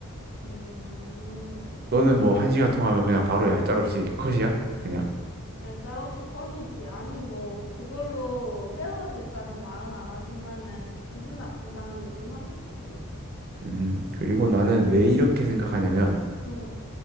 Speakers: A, on the left (about 60°); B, on the right (about 45°).
A: 음.
B: 너는 뭐 한 시간 통화하면 그냥 바로 얄짤없이 컷이야? 그냥?
A: 야, 짤없이 컷이지. 아니, 뭐, 그걸로 헤어지자는 말은 안 하지만은, 기분 나쁘다는 얘긴 하겠지.
B: 음, 그리고 나는 왜 이렇게 생각하냐면
A: 응,